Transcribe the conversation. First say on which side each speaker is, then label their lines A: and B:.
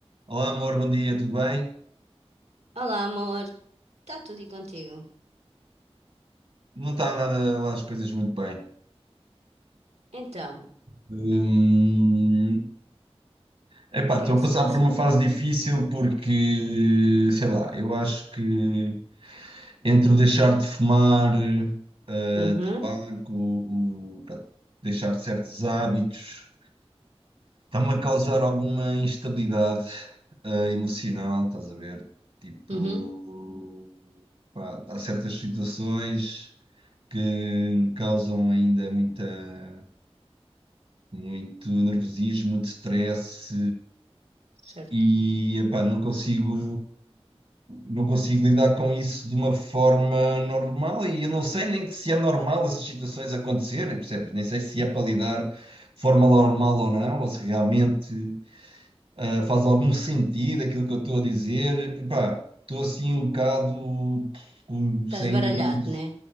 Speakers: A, on the right (about 65°); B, on the right (about 80°).
A: Olá, amor, bom dia, tudo bem?
B: Olá, amor. Está tudo e contigo?
A: Não está nada lá as coisas muito bem.
B: Então, o
A: Hum, epá,
B: que
A: estou
B: é que
A: a passar
B: se passa?
A: por uma fase difícil porque, sei lá, eu acho que entre o deixar de fumar, eh,
B: Uhum,
A: tabaco, o, pá, deixar certos hábitos, está-me a causar alguma instabilidade, eh, emocional, estás a ver? Tipo,
B: uhum,
A: pá, há certas situações que me causam ainda muita. muito nervosismo, muito stress
B: certo.
A: e epá, não consigo não consigo lidar com isso de uma forma normal e eu não sei nem que se é normal essas situações acontecerem, percebes? Nem sei se é para lidar de forma normal ou não, ou se realmente ah, faz algum sentido aquilo que eu estou a dizer. Epá, estou assim um bocado com-
B: Estás
A: sem
B: baralhado, né?